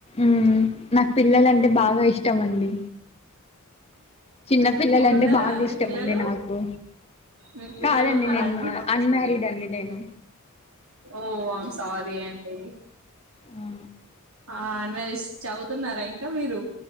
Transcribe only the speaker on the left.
మ్మ్ నాకు పిల్లలంటే బాగా ఇష్టం అండి చిన్న పిల్లలంటే
బాగా ఇష్టం
అండి నాకు
కాదండి
నేను
అన్మారీడ్ అండి నేను
ఆ